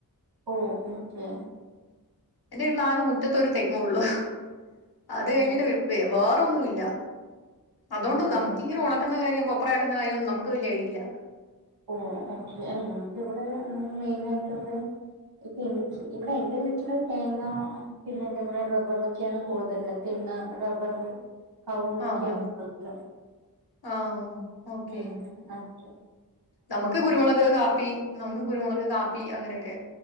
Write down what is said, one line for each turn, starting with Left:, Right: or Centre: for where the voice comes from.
Right: ഓ ഓക്കേ.
Left: എന്റെ വീട്ടിൽ ആകെ മുറ്റത്തോരു തെങ്ങള്ളു അത് കഴിഞ്ഞിട്ട്
Right: ഓ
Left: വേറൊന്നും ഇല്ല അതുകൊണ്ട്
Right: ഓ
Left: നമുക്കിങ്ങനെ
Right: ഓക്കെ
Left: ഉണക്കുന്ന കാര്യം കൊപ്പ്ര ആക്കുന്ന കാര്യം നമുക്ക് വല്യായിടില്ല.
Right: ഓ ഓക്കെ നമുക്ക് ഇവിടെ ന മെയിനാ യിട്ട് ഇവിടെ ഇപ്പ എനിക്ക് ഇവിടെ എന്റെ വീട്ടില് തേങ്ങോ പിന്നെ അതേപൊല റബറോക്കെയാണ് കൂടുതല് തേ പി റബ്ബർ കൗങ്ങ് നോക്കണെട്
Left: ആഹാ ആ ഓക്കെ
Right: ഉം അയ് ശരി -
Left: നമുക്ക് കുരുമുളക്, കാപ്പി, നമുക്ക് കുരുമുളക്, കാപ്പി അങ്ങനെയൊക്കെ.